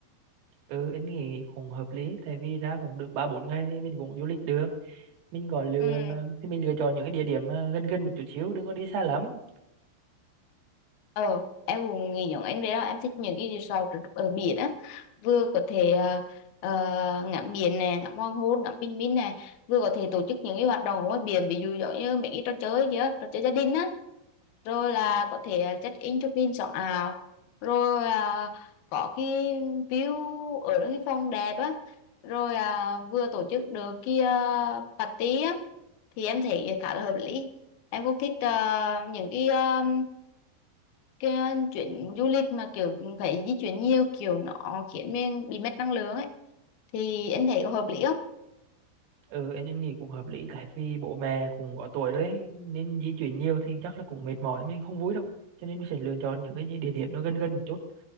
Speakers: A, on the right (about 85°); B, on the left (about 65°).
A: ừ anh nghĩ cũng hợp lý tại vì ra cũng được ba bốn ngày thì mình cũng du lịch được mình gọi lựa
B: ừ
A: thì mình lựa chọn những cái địa điểm mà gần gần một chút xíu đừng có đi xa lắm
B: Ờ, em cũng nghĩ giống anh vậy đó. Em thích những cái resort ở ở biển á. Vừa có thể ờ, ờ, ngắm biển nè, ngắm hoàng hôn, ngắm bình minh nè. Vừa có thể tổ chức những cái hoạt động ở ngoài biển. Ví dụ giống như mấy cái trò chơi kia, trò chơi gia đình á. rồi là có thể à, check in chụp hình sống ảo rồi à, có cái view ở cái phòng đẹp á rồi à, vừa tổ chức được kia party á thì em thấy khá là hợp lý em cũng thích à, những cái à, cái chuyến du lịch mà kiểu phải di chuyển nhiều kiểu nó khiến mình bị mất năng lượng ấy thì em thấy có hợp lý không
A: ừ anh nghĩ cũng hợp lý tại vì bố mẹ cũng có tuổi rồi ấy, nên di chuyển nhiều thì chắc là cũng mệt mỏi mình không vui đâu cho nên mình sẽ lựa chọn những cái địa điểm nó gần gần một chút